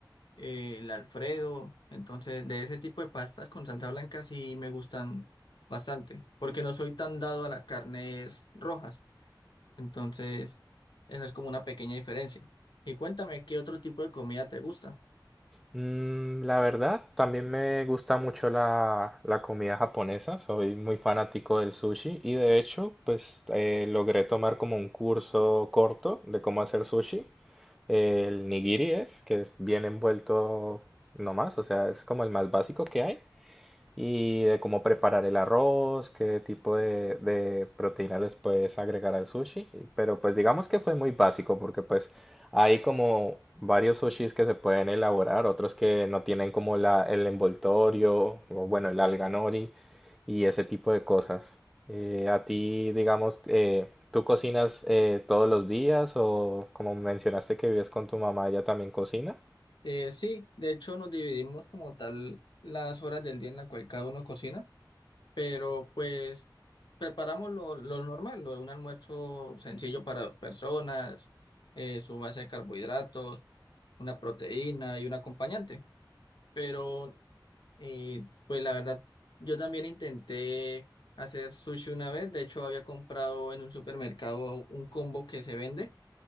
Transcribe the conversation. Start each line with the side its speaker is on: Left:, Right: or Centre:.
Left: eh, el Alfredo. Entonces de ese tipo de pastas con salsa blanca sí me gustan bastante, porque no soy tan dado a las carnes rojas. Entonces esa es como una pequeña diferencia. Y cuéntame, ¿qué otro tipo de comida te gusta?
Centre: Mm, la verdad, también me gusta mucho la, la comida japonesa, soy muy fanático del sushi y de hecho, pues eh, logré tomar como un curso corto de cómo hacer sushi. El nigiri es, que es bien envuelto nomás, o sea, es como el más básico que hay. y de cómo preparar el arroz, qué tipo de, de proteína les puedes agregar al sushi. y- Pero pues digamos que fue muy básico porque pues hay como varios sushis que se pueden elaborar, otros que no tienen como la, el envoltorio o bueno, el alga nori y ese tipo de cosas. Eh, a ti, digamos, eh, ¿tú cocinas eh, todos los días o como mencionaste que vives con tu mamá, ella también cocina?
Left: Eh, sí, de hecho nos dividimos como tal las horas del día en la cual cada uno cocina, pero pues preparamos lo, lo normal, lo de un almuerzo sencillo para dos personas, eh, su base de carbohidratos, una proteína y un acompañante. Pero eh, pues la verdad, yo también intenté hacer sushi una vez, de hecho había comprado en un supermercado un combo que se vende